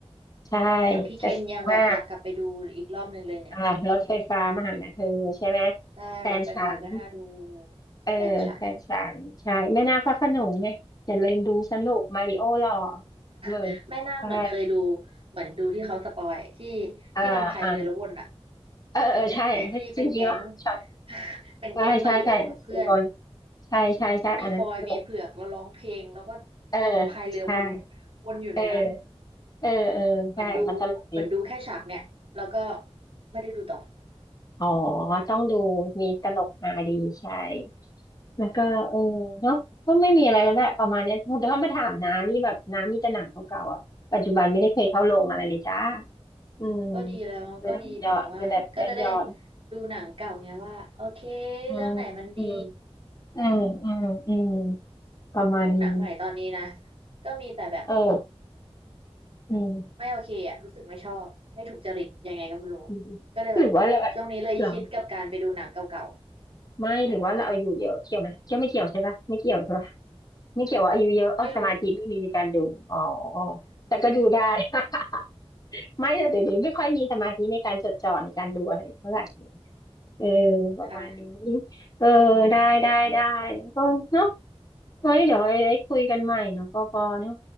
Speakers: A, on the left; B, on the right.
A: ใช่
B: อย่างพี่เคนยังแบบอยากกลับไปดูอีกรอบหนึ่งเลยเนี่ย
A: จะสนุกมากอ่ารถไฟฟ้ามาหานะเธอใช่ไหม
B: ได้รถไฟฟ้าก็น่าดู
A: แฟนฉันเออแฟนฉันใช่แม่นาคพระโขนงไงอย่าลืมดูสนุกมาริโอหล่อ
B: แฟนฉัน
A: เออ
B: <laughs> ไม่น่าเหมือนเคยดู
A: ใช่
B: เหมือนดูที่เขาสปอยที่
A: อ่าอ่า
B: ที่มันพายเรือแล้ววนอะ
A: เออเออใช่
B: ไอที่เป็นแก๊ง
A: จริงๆอ่ะช็อต
B: <laughs> เป็นแก๊งมาริโอกับเพื่อน
A: ใช่ใช่ใช่สี่คนใช่ใช่ใช่อันนั้นตลก
B: ที่มีฟอยล์มีเผือกแล้วร้องเพลงแล้วก็
A: เออ
B: พายเรือวน
A: ใช่
B: วนอยู่ในนั้น
A: เออเออเออใช่มันตลกดี
B: เหมือนดูเหมือนดูแค่ฉากเนี่ยแล้วก็ไม่ได้ดูต่อ
A: อ๋อ ต้องดูมีตลกฮาดีใช่ แล้วก็เออเนาะก็ไม่มีอะไรแล้วแหละประมาณเนี้ยแต่ถ้ามาถามน้านี่แบบน้ามีแต่หนังเก่าๆอ่ะปัจจุบันไม่ได้เคยเข้าโรงอะไรเลยจ้าอืม
B: ก็ดีแล้วก็ดีหมายถึงว่าก็จะได้
A: ดูแบบย้อนดูแบบย้อนย้อน
B: ดูหนังเก่าไงว่าโอเค
A: อืมอืม
B: เรื่องไหนมันดี
A: อืมอืมอืมประมาณนี้
B: เพราะดูหนังใหม่ตอนนี้นะก็มีแต่แบบ
A: เอออืม
B: ไม่โอเคอ่ะรู้สึกไม่ชอบไม่ถูกจริตยังไงก็ไม่รู้
A: อืม
B: ก็เลยแบบช่วงนี้เลยคิดกับการไปดูหนังเก่า
A: หรือว่าเราเหรอไม่หรือว่าเราอายุเยอะเกี่ยวไหมเกี่ยวไม่เกี่ยวใช่ปะไม่เกี่ยวใช่ปะ ไม่เกี่ยวว่าอายุเยอะอ๋อสมาธิไม่มีในการดูอ๋อ
B: ๆไม่รู้
A: แต่ก็ดูได้ <laughs> ไม่แต่เดี๋ยวนี้ไม่ค่อยมีสมาธิในการจดจ่อในการดูอะไรเท่าไหร่เลยเออประมาณนี้
B: <laughs> ค่ะ
A: เออได้ได้ได้ก็เนาะไว้เดี๋ยวไอ้คุยกันใหม่เนาะปอปอเนาะ